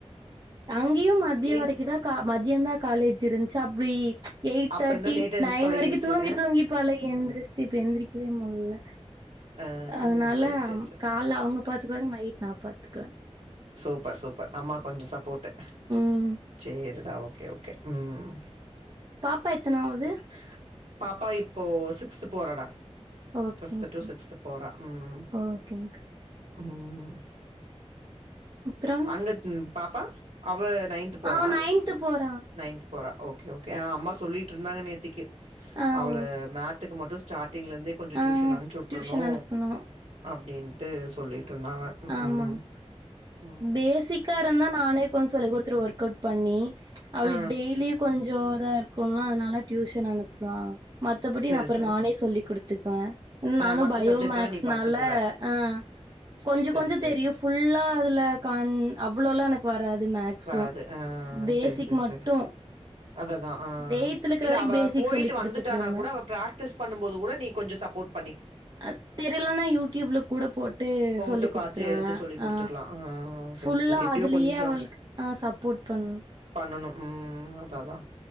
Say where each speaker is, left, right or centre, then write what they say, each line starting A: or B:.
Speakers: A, on the right; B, on the right.
A: அங்கியும் மதிய
B: இ
A: வரைக்கு தா கா மதியந்தா காலேஜ் இருந்ச்சி அப்டி எயிட்
B: அப்பன்னா
A: தேட்டி
B: லேட்டா எந்திரிச்சு
A: நைன்
B: பழகிருச்சு.
A: வரைக்கு தூங்கி தூங்கி பழகி எந்திரச்சி இப்ப எந்திரிக்கவே முட்ல
B: ஆ
A: அதனால
B: சரி, சரி, சரி.
A: கால்ல அவுங்க பாத்துக்வாங்க நைட்டு நா பாத்துக்குவ
B: சூப்பர் சூப்பர் அம்மா கொஞ்ச சப்போட்டு
A: ம்
B: சேரிடா ஓகே ஓகே ம்
A: பாப்பா எத்தனாவது
B: சரி. பாப்பா இப்போ சிக்ஸ்த் போறாடா
A: ஓகேங்க்கா
B: பிஃப்த் டூ சிக்ஸ்த் போறா ம்
A: ஓகேங்க்கா
B: ம்
A: அப்றோ
B: அங்க த்ன் பாப்பா அவ நைன் த் போறா
A: அவ நைன்த்து போறா
B: நைன்த் போறா ஓகே ஓகே ஆ அம்மா சொல்லிட்ருந்தாங்க நேத்திக்கு
A: ஆ
B: அவள
A: ஓ
B: மேத்துக்கு மட்டு ஸ்சாட்டிங்ல இர்ந்தே கொஞ்சோ
A: ஆ
B: டியூஷன் அமுச்சி உட்றனு
A: டியூஷன் அனுப்பணு
B: அப்டின்ட்டு சொல்லிட்ருந்தாங்க ம்
A: ஆமாங்
B: ம்
A: பேசிக்கா இருந்தா நானே கொஞ்ச சொல்லி குடுத்துருவ ஒர்க் அவுட் பண்ணி அவளுக்
B: ஆ
A: டெய்லியு கொஞ்சோ இதா இருக்குன்லா அதனால டியூஷன் அனுப்லா மத்தபடி
B: செரி
A: நா அப்புற
B: செரி
A: நானே சொல்லி் குடுத்துக்வே
B: ஆ
A: நானு
B: மத்த
A: பயோ
B: சப்ஜெக்ட்
A: மேக்ஸ்னால
B: எல்லா நீ பாத்துக்குவ
A: ஆ கொஞ்ச
B: செரி
A: கொஞ்ச
B: செரி
A: தெரியு ஃபுல்லா அதுல கண் அவ்ளோல்லா எனக்கு வராது மேக்
B: வராது
A: சோ
B: ஆ
A: பேசிக்
B: செரி செரி
A: மட்டு
B: செரி அததா ஆ
A: எய்த்துல இருக்கிற
B: இல்ல
A: வரைக்கு
B: அவ
A: பேசிக்
B: போயிட்டு
A: சொல்லி குடுத்துட்டு
B: வந்துட்டானா
A: இருந்தே
B: கூட அவ பிராக்டிஸ் பண்ணு போது கூட நீ கொஞ்சோ சப்போட் பண்
A: ஆ தெரியிலனா யூடியூப்ல கூட போட்டு
B: போட்டு
A: சொல்லி்
B: பாத்து
A: குடுத்துருவே
B: எடுத்து சொல்லி குடுத்துக்கலா
A: ஆ
B: ஆ
A: ஃபுல்லா
B: செரி செரி எப்டியோ
A: அதுலயே
B: கொஞ்சோ
A: அவளுக் ஆ சப்போட் பண்
B: பண்ணணு ம் அதா அதா